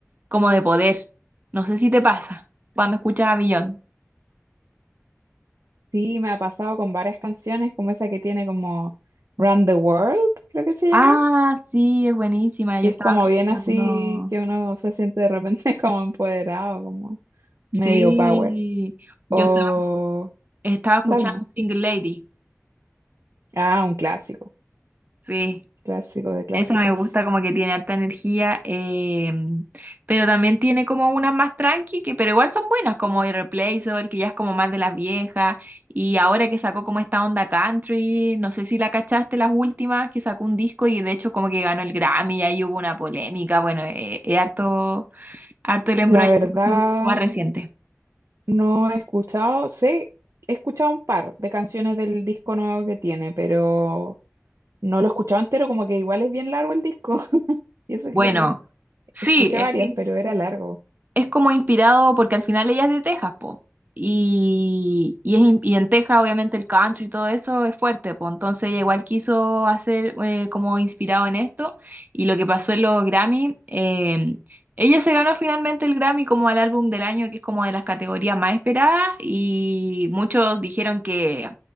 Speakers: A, on the right (about 35°); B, on the right (about 80°).
A: como de poder. No sé si te pasa cuando escuchas a Beyoncé.
B: Sí, me ha pasado con varias canciones, como esa que tiene como Run the World, creo que se
A: Ah,
B: llama,
A: sí, es buenísima.
B: que
A: Yo
B: es
A: estaba
B: como
A: escuchando,
B: bien así que uno se siente de repente <laughs> como empoderado, como medio
A: sí,
B: power.
A: yo
B: O
A: estaba, estaba escuchando
B: Dalma.
A: Single Lady,
B: Ah, un clásico,
A: sí.
B: clásico de clásicos.
A: Esa me gusta, como que tiene alta energía, em, pero también tiene como unas más tranqui, que, pero igual son buenas, como Irreplaceable, que ya es como más de las viejas, y ahora que sacó como esta onda country, no sé si la cachaste las últimas, que sacó un disco y de hecho como que ganó el Grammy, y ahí hubo una polémica, bueno, eh, es harto, harto el embrollo
B: La verdad,
A: con su disco más reciente.
B: no he escuchado, sé, he escuchado un par de canciones del disco nuevo que tiene, pero No lo escuchaba entero, como que igual es bien largo el disco. <laughs> Y eso que
A: Bueno, sí,
B: escuché
A: es
B: varias,
A: que...
B: pero era largo.
A: es como inspirado porque al final ella es de Texas, po. Y, y, es in- y en Texas obviamente el country y todo eso es fuerte, po. Entonces ella igual quiso hacer eh, como inspirado en esto y lo que pasó en los Grammy, eh, ella se ganó finalmente el Grammy como al álbum del año, que es como de las categorías más esperadas y muchos dijeron que,